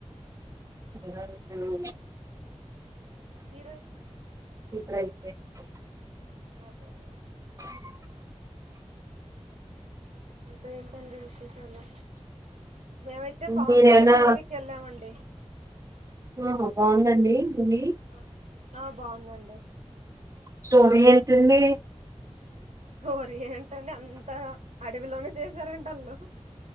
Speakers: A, on the right; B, on the right.
A: ఉన్నారు ఇద్దరు
B: హీరోయిన్
A: <unintelligible>
B: అదే నండి ఇంక ఏంటండి విశేషాలు? మేమైతే పవన్
A: మీరేమైనా
B: కళ్యాణ్ మూవీకెళ్ళామండి.
A: ఆ బావుందా అండి మూవీ?
B: ఆ ఆ బాగుందండి
A: స్టోరీ ఏంటండి
B: స్టోరీ ఏంటండి అంతా అడవిలోనే చేసారంటాళ్ళు.